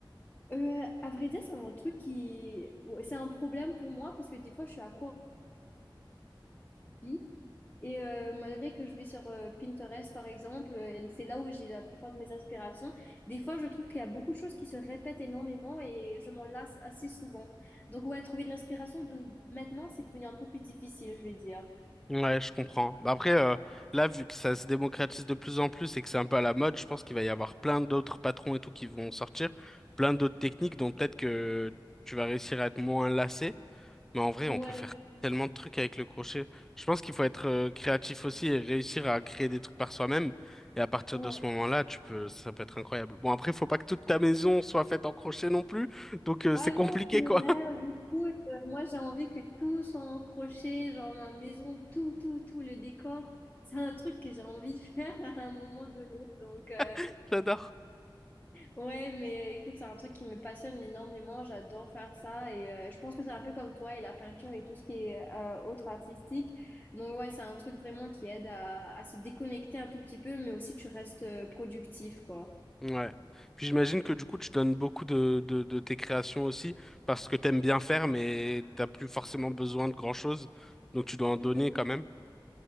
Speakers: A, on the left (about 20°); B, in the centre.
A: Euh, à vrai dire, c'est un truc qui... ouais, C'est un problème pour moi parce que des fois, je suis à court d'envie. Et euh, malgré que je vais sur euh, Pinterest, par exemple, euh, c'est là où j'ai la plupart de mes inspirations. Des fois, je trouve qu'il y a beaucoup de choses qui se répètent énormément et je m'en lasse assez souvent. Donc, ouais, trouver de l'inspiration de... maintenant, c'est devenu un peu plus difficile, je vais dire.
B: Ouais, je comprends. Bah Après, euh, là, vu que ça se démocratise de plus en plus et que c'est un peu à la mode, je pense qu'il va y avoir plein d'autres patrons et tout qui vont sortir, plein d'autres techniques dont peut-être que tu vas réussir à être moins lassé. Mais en vrai,
A: Ouais,
B: on peut faire tellement de trucs avec le crochet. Je pense qu'il faut être euh, créatif aussi et réussir à créer des trucs par soi-même. Et à partir
A: ouais.
B: de ce moment-là, tu peux, ça peut être incroyable. Bon, après, il faut pas que toute ta maison soit faite en crochet non plus, donc euh,
A: Ah
B: c'est compliqué,
A: non, mon
B: quoi.
A: rêve, écoute, euh, moi j'ai envie que tout soit en crochet, genre ma maison, tout, tout, tout, le décor. C'est un truc que j'ai envie de faire <laughs> à un moment donné. Donc, euh,
B: <laughs> J'adore.
A: ouais, mais euh, écoute, c'est un truc qui me passionne énormément. J'adore faire ça. Et euh, je pense que c'est un peu comme toi et la peinture et tout ce qui est euh, autre artistique. Donc, ouais, c'est un truc vraiment qui aide à, à se déconnecter un tout petit peu, mais aussi tu restes euh, productif, quoi.
B: Ouais. Puis j'imagine que du coup, tu donnes beaucoup de, de, de tes créations aussi parce que t'aimes bien faire, mais t'as plus forcément besoin de grand-chose. Donc tu dois en donner
A: Mhm.
B: quand même.